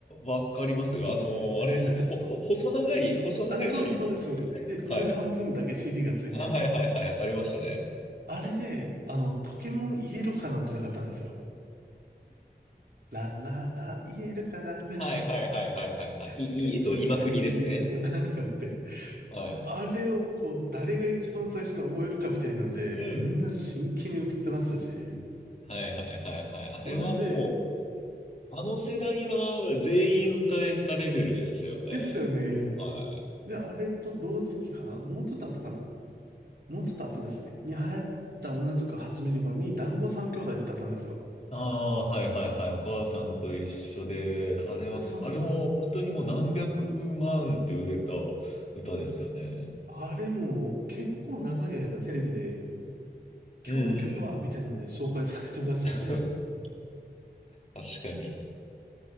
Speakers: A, on the left (about 40°); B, on the right (about 70°).
A: あ、わかりますよ。あの、
B: な、
A: あれですよね。
B: なんかちょっと、
A: ほ、ほ、細長い、細長い
B: あ、そうです、
A: CD
B: そうです。
A: ですよね。
B: で、
A: はい。
B: 上半分だけ CD がついてる。
A: あ、はいはいはい。ありましたね。
B: あれで、あの、ポケモンイエロかなっていうのがあったんですよ。ラララ、イエロかなって、<laughs>
A: はいはいはいはいはいはい。い、
B: ピカチュウ、
A: い、えっと、今国ですね。
B: カエル、ヤドラとかって、
A: はい。
B: あれをこう、誰が一番最初に覚えるかみたいなんで、
A: うん。
B: みんな真剣に歌ってましたし、
A: はいはいはいはい。あれはもう、
B: 同じ
A: あの世代は全員歌えたレベルですよね。
B: ですよね。
A: はい
B: で、あれと同時期かな。もうちょっと後かな。もうちょっと後ですね。に流行った同じく8ミリ版に団子三兄弟ってあったんですよ。
A: ああー、はいはいはい。お母さんと一緒で、あれは、
B: そうです、
A: あれも本当にもう何百万って売れた
B: そうです。
A: 歌ですよね。
B: あれも結構長い間テレビで、
A: うんうんうん。
B: 今日の曲はみたいなんで紹介されてましたし、
A: <laughs> 確かに。